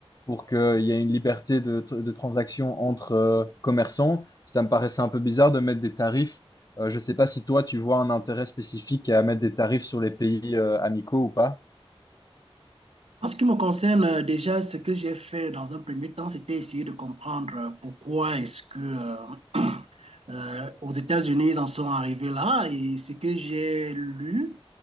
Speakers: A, on the left; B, on the right.
A: pour qu'il y ait une liberté de, de transaction entre euh, commerçants. Ça me paraissait un peu bizarre de mettre des tarifs. Euh, je ne sais pas si toi, tu vois un intérêt spécifique à mettre des tarifs sur les pays euh, amicaux ou pas.
B: En ce qui me concerne, euh, déjà, ce que j'ai fait dans un premier temps, c'était essayer de comprendre euh, pourquoi est-ce que euh, <clears throat> euh, aux États-Unis, ils en sont arrivés là. Et ce que j'ai lu